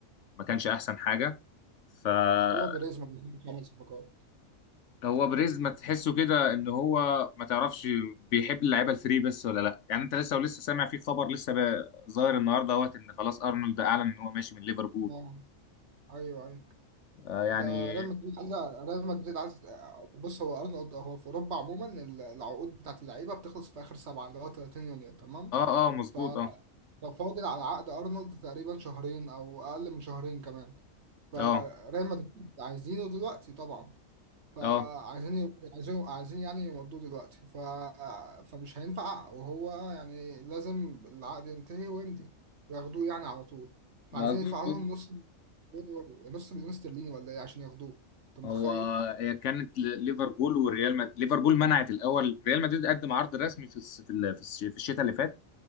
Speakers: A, on the left; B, on the right.
A: ما كانش احسن حاجه فهو
B: هو بيريز ما بيعمل صفقات
A: بريز ما تحسه كده ان هو ما تعرفش بيحب اللعيبه الفري بس ولا لا يعني انت لسه ولسه سامع في خبر لسه بقى ظاهر النهارده اهوت ان خلاص ارنولد اعلن ان هو ماشي من ليفربول
B: اه ايوه ايوه
A: آه يعني
B: ده ريال مدريد عايز ريال مدريد عايز بص هو ارنولد هو في اوروبا عموما العقود بتاعت اللعيبه بتخلص في اخر سبعه اللي هو 30 يونيو تمام
A: اه اه مظبوط
B: ف-
A: اه
B: ففاضل على عقد ارنولد تقريبا شهرين او اقل من شهرين كمان فريال
A: اه
B: مدريد عايزينه دلوقتي طبعا فعايزين
A: اه
B: عايزين عايزين يعني يمضوه دلوقتي ف... فمش هينفع وهو يعني لازم العقد ينتهي ويمضي وياخدوه يعني على طول فعايزين
A: مظبوط
B: يدفعوا لهم نص يورو نص مليون استرليني ولا ايه عشان ياخدوه انت متخيل
A: هو هي كانت ل- ليفربول والريال مد... ليفربول منعت الاول ريال مدريد قدم عرض رسمي في الس- في ال- في الش- في الشتاء اللي فات